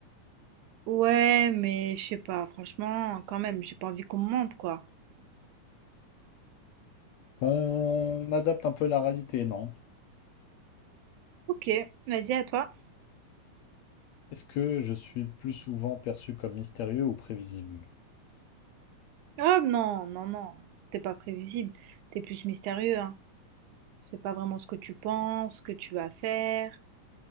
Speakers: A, on the right (about 75°); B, on the left (about 70°).
A: Ouais, mais je sais pas, franchement, quand même, j'ai pas envie qu'on me mente, quoi.
B: Qu'on adapte un peu la réalité, non?
A: Ok, vas-y à toi.
B: Est-ce que je suis plus souvent perçu comme mystérieux ou prévisible?
A: Ah non, non, non, t'es pas prévisible, t'es plus mystérieux, hein. C'est pas vraiment ce que tu penses, ce que tu vas faire,